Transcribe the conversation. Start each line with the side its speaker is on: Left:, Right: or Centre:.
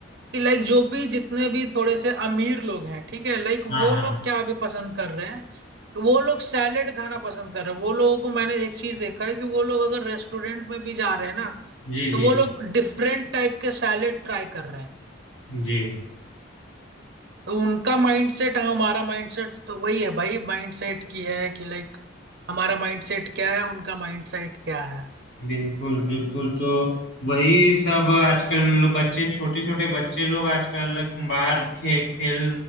Right: कि लाइक जो भी जितने भी थोड़े से अमीर लोग हैं ठीक है लाइक
Left: हाँ
Right: वो
Left: हाँ,
Right: लोग क्या अभी पसंद कर रहे हैं कि वो लोग सैलेड खाना पसंद कर रहे हैं वो लोगों को मैंने एक चीज देखा है कि वो लोग अगर रेस्टोरेंट में भी जा रहे हैं ना
Left: जी
Right: तो
Left: जी
Right: वो लोग डिफरेंट टाइप के सैलेड ट्राई कर रहे हैं
Left: जी
Right: तो उनका माइंडसेट हमारा माइंडसेट तो वही है भाई माइंडसेट की है कि लाइक हमारा माइंडसेट क्या है उनका माइंडसेट क्या है
Left: बिल्कुल बिल्कुल तो वही सब आजकल लो- बच्चे छोटे छोटे बच्चे लोग आजकल बाहर खे, खेल